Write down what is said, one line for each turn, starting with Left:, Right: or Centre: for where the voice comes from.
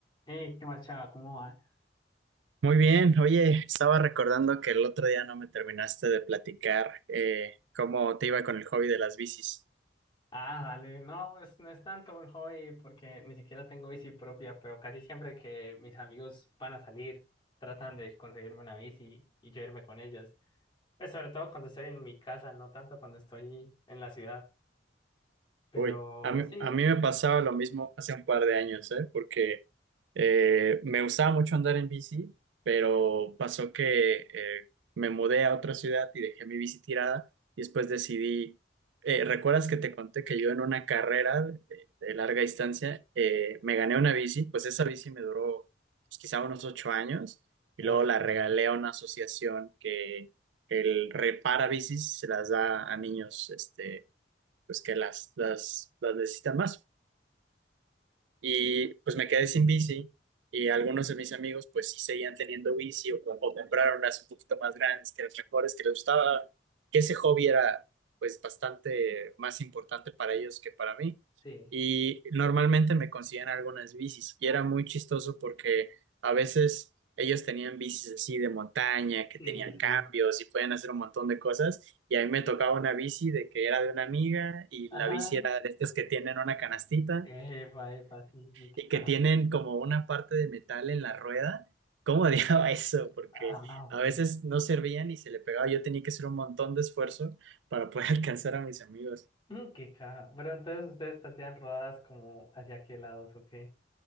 Left: Hey, ¿qué más, chava? ¿Cómo vas?
Right: Muy bien, oye, estaba recordando que el otro día no me terminaste de platicar eh, cómo te iba con el hobby de las bicis.
Left: Ah, dale. No, pues no es tanto un hobby porque ni siquiera tengo bici propia, pero casi siempre que mis amigos van a salir, tratan de conseguirme una bici y yo irme con ellos. Pues sobre todo cuando estoy en mi casa, no tanto cuando estoy en la ciudad. Pero
Right: Uy, a mí,
Left: sí,
Right: a mí me pasaba lo mismo hace un par de años, ¿eh? Porque eh, me gustaba mucho andar en bici, pero pasó que eh, me mudé a otra ciudad y dejé mi bici tirada y después decidí, eh, ¿recuerdas que te conté que yo en una carrera de, de larga distancia eh, me gané una bici? Pues esa bici me duró pues, quizá unos ocho años y
Left: uff.
Right: luego la regalé a una asociación que el repara bicis, se las da a niños, este pues que las, las, las necesitan más. Y pues me quedé sin bici y algunos de mis amigos pues sí seguían teniendo bici o, o compraron unas un poquito más grandes que las mejores que les gustaba, que ese hobby era pues bastante más importante para ellos que para mí.
Left: Sí,
Right: Y normalmente me conseguían algunas bicis y era muy chistoso porque a veces ellos tenían bicis así de montaña, que
Left: sí,
Right: tenían
Left: sí,
Right: cambios
Left: sí.
Right: y podían hacer un montón de cosas. Y a mí me tocaba una bici de que era de una amiga y
Left: Ajá.
Right: la bici era de estas que tienen una canastita
Left: Epa, epa, sí, sí, qué
Right: y que
Left: caja.
Right: tienen como una parte de metal en la rueda. ¿Cómo odiaba <laughs> eso? Porque
Left: Ah, ok.
Right: a veces no servían y se le pegaba. Yo tenía que hacer un montón de esfuerzo para poder <laughs> alcanzar a mis amigos.
Left: Mm, Qué caja. Pero entonces ustedes hacían rodadas como hacia qué lados, ¿o qué?